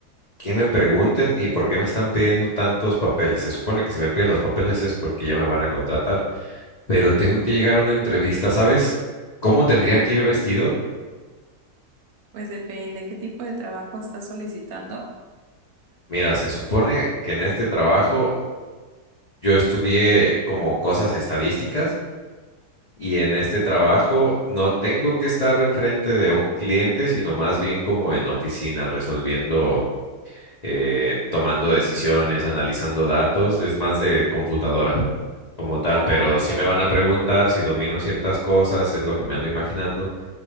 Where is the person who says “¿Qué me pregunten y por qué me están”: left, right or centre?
Left